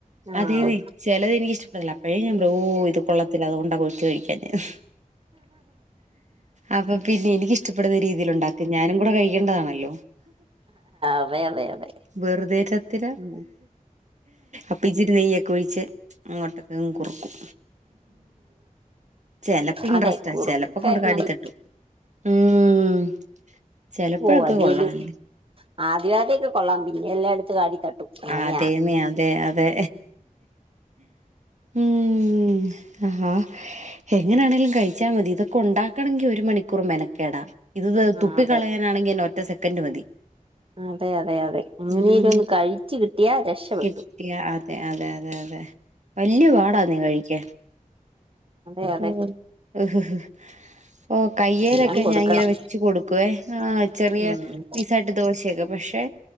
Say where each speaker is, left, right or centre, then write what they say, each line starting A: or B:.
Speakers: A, on the right; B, on the right.
A: ആഹ്
B: അതെ ചിലത് എനിക്കത് ഇഷ്ടപ്പെടത്തില്ല അപ്പഴേ ഞ ഓ ഇത് കൊള്ളത്തില്ല അത് കൊണ്ട കൊച്ച് കഴിക്കാഞ്ഞേന്ന്. അപ്പൊ പിന്നേ എനിക്ക്. ഇഷ്ടപ്പെടുന്ന രീതിൽ ഉണ്ടാക്കും ഞാനും കൂടെ കഴിക്കേണ്ടതാണല്ലോ
A: അതെ അതെ അതെ
B: വെറുതെരത്തില
A: ഉം
B: അപ്പിച്ചിരി നെയ്യെ ഒഴിച്ച് അങ്ങോട്ടൊക്കങ്ങ് കുറുക്കും. ചെലപ്പോ ഇൻട്രസ്റ്റാ
A: അതെ കുറുക്കൊക്കെ
B: ചെലപ്പോ കൊണ്ട് കാടി
A: മതി
B: തട്ടും. ഉം ചെലപ്പോഴക്കെ
A: ഓ അല്ലേലും
B: കൊള്ളാല്ലേ.
A: ആദ്യ ആദ്യൊക്കെ കൊള്ളാം പിന്നെ എല്ലായിടത്ത് കാടി. തട്ടും അങ്ങനെയാ
B: ആ അതേന്നെ അതെ അതെ. ഉം, ആ എങ്ങനാണേലും കഴിച്ചാൽ മതി ഇതൊക്കെ ഉണ്ടാക്കണ്ടെങ്കി ഒരു മണിക്കൂർ. മെനക്കേടാ ഇത്
A: ആ
B: തുപ്പിക്കളയാനാണെങ്കി
A: അതെ
B: എന്ന ത്ത് സെക്കൻഡ് മതി.
A: അതെ, അതെ, അതെ അങ്ങനെല
B: ഉം
A: ഒന്ന് കഴി ച്ച് കിട്ടിയാ രക്ഷപ്പെട്ടു.
B: കിട്ടിയ അതെ, അതെ, അതെ, അതെ വല്യ പാടാണെ കഴിക്കാൻ.
A: അതെ, അതെ.
B: ഓ <unintelligible> ഓ കയ്യേലൊക്കെ
A: എല്ലാം കൊടുക്കണം
B: ഞാൻ ഇങ്ങനെ വെച്ച് കൊടുക്കുവേ, ആ ചെറിയ
A: ഉം
B: പീസായിട്ട് ദോശയൊക്കെ പക്ഷെ